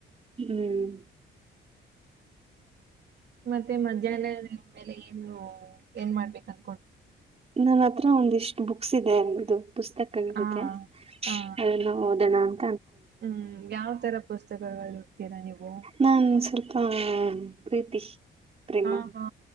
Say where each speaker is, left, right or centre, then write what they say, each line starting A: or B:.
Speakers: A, on the right (about 30°); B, on the right (about 60°).
A: ಹ್ಮ್
B: ಮತ್ತೆ ಮಧ್ಯಾಹ್ನ ಮೇಲೆ ಏನು ಏನ್ ಮಾಡ್ಬೇಕಂ
A: ನನ್ ಹತ್ರ ಒಂದಿಷ್ಟ್ ಬುಕ್ಸ್ ಇದೆ ಅ ಪುಸ್ತಕಗಳಿದೆ
B: ಹಾ ಹ
A: ಅದೆಲ್ಲಾ ಓದೋಣ --
B: ಹ್ಮ್ ಯಾವ್ ತರ ಪುಸ್ತಕಗಳ್ <unintelligible> ನೀವು
A: ನಾನ್ ಸ್ವಲ್ಪ ಪ್ರೀತಿ. ಪ್ರೇಮ
B: ಹಾ ಹಾ